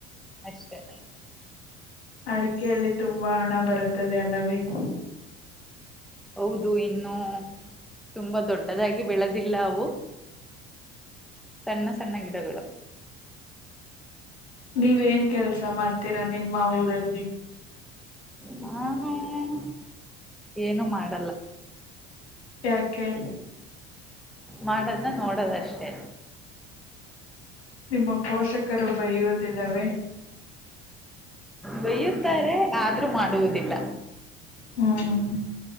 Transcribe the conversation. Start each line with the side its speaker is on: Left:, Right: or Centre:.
Centre: ಅಷ್ಟೆ
Left: ಅಡಿಕೆಯಲ್ಲಿ ತುಂಬಾ ಹಣ ಬರುತ್ತದೆ ಅಲ್ಲವೇ <inaudible> <inaudible>
Centre: ಹೌದು ಇನ್ನು ತುಂಬಾ ದೊಡ್ಡದಾಗಿ ಬೆಳೆದಿಲ್ಲ ಅವು ಸಣ್ಣ ಸಣ್ಣ ಗಿಡಗಳು
Left: ನೀವೇನ್ ಕೆಲ್ಸ ಮಾಡ್ತೀರಾ ನಿಮ್ಮ ಊರಲ್ಲಿ
Centre: ನನ್ ಏನು ಮಾಡ
Left: ಯಕೆ
Centre: ಮಾಡದ್ನ್ನ ನೋಡದಷ್ಟೆ
Left: ನಿಮ್ಮ ಪೋಷಕರು ಬಯ್ಯುವುದಿಲ್ಲವೇ
Centre: ಬೈಯುತ್ತಾರೆ ಆದ್ರೂ ಮಾಡುವುದಿಲ್ಲ
Left: ಹ್ಮ